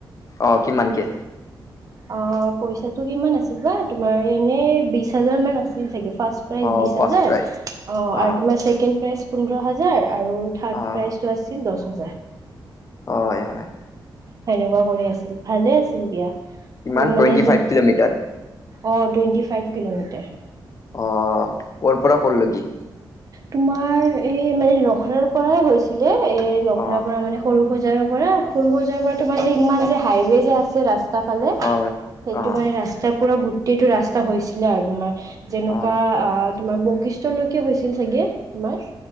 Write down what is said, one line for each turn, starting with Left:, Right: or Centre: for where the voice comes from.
Left: অ' কিমানকে?
Right: অ, পইচাটো কিমান আছিল বা তুমাৰ এনে বিশ হাজাৰ মান আছিল চাগে ফাৰ্ষ্ট প্ৰাইজ
Left: অ',
Right: বিশ
Left: ফাৰ্ষ্ট
Right: হাজাৰ
Left: প্ৰাইজ
Right: অ,
Left: অ',
Right: আৰু তোমাৰ ছেকেণ্ড প্ৰাইজ পোন্ধৰ হাজাৰ আৰু থাৰ্ড
Left: অ',
Right: প্ৰাইজটো আছিল দহ হাজাৰ।
Left: <unintelligible>
Right: সনেকুৱা কৰি আছিল ভালে আছিল দিয়া
Left: কিমান
Right: কৰ
Left: টুৱেণ্টি
Right: মানে য
Left: ফাইভ কিলোমিটাৰ
Right: অ' টুয়েণ্টি ফাইভ কিলোমিটাৰ।
Left: অ, কৰ পৰা কৰ লেগি?
Right: তোমাৰ এই মানে লখৰাৰ পৰাই হৈছিলে এ লখৰাৰ
Left: অ',
Right: পৰা মানে সৰু সৰুসজাইৰ পৰা সৰু সজাইৰ পৰা তোমাৰ সেই ইমান যে হাইওয়ে যে আছে ৰাস্তা ফালে
Left: হয়,
Right: সেইটো
Left: অ',
Right: মানে ৰাস্তাৰ পৰা গোটেইটো ৰাস্তা হৈছিলে আৰু তোমাৰ। যেনেকুৱা
Left: অ',
Right: আ তোমাৰ বশিষ্ঠলৈকে হৈছিল চাগে তোমাৰ।